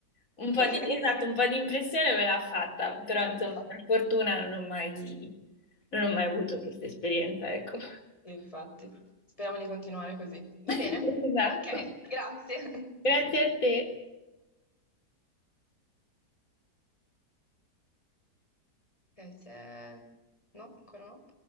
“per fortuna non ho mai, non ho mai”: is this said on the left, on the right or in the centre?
Left